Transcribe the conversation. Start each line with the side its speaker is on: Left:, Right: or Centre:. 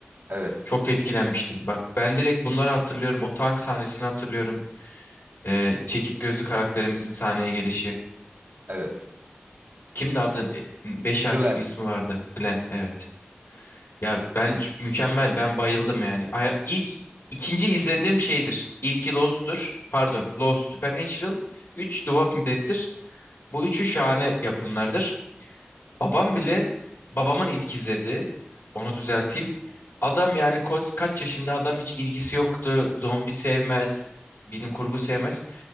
Right: evet,
Left: Çok etkilenmiştim. Bak ben direkt bunları hatırlıyorum. O tank sahnesini hatırlıyorum. Ee, çekik gözlü karakterimizin sahneye gelişi.
Right: evet.
Left: Kimdi adı? E, Beş
Right: Glenn.
Left: harfli bir ismi vardı. Glenn. Evet. Ya ben c- mükemmel ben bayıldım yani. Aya- İlk ikinci izlediğim şeydir. İlki Lost'tur. Pardon, Lost, Supernatural. 3 The Walking Dead'tir. Bu üçü şahane yapımlardır. Babam bile babamın ilk izlediği. Onu düzelteyim. Adam yani ko- kaç yaşında adam hiç ilgisi yoktu. Zombi sevmez, bilim kurgu sevmez.